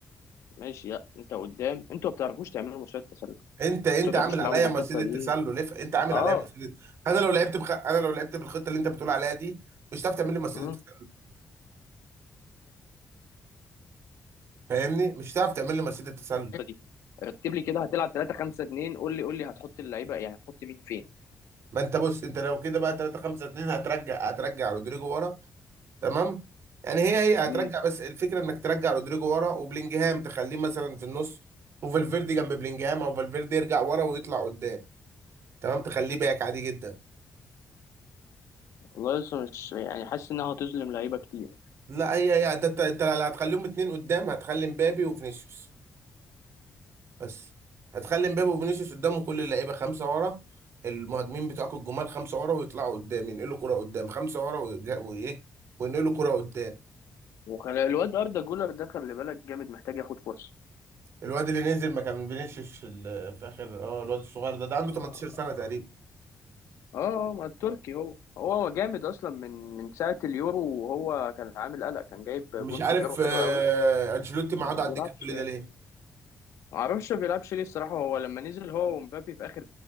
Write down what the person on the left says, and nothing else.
ماشي لا انت قدام انتوا ما بتعرفوش تعملوا مصيدة تسلل انتوا
ما بتعرفوش
تلعبوا
بالخطه
دي
اه
مم.
الخطة دي رتب لي كده هتلعب 3 5 2 قول لي قول لي هتحط اللعيبه يعني هتحط مين فين
امم
والله لسه مش يعني حاسس انها هتظلم لعيبه كتير
وكان الواد اردا جولر ده خلي بالك جامد محتاج ياخد فرصه
اه
آه، ما التركي هو هو جامد اصلا من من ساعه اليورو وهو كان عامل قلق كان جايب
جون
في اليورو حلو
قوي
بس ما
بيلعبش
يعني
ما اعرفش ما بيلعبش ليه الصراحه هو لما نزل هو ومبابي في اخر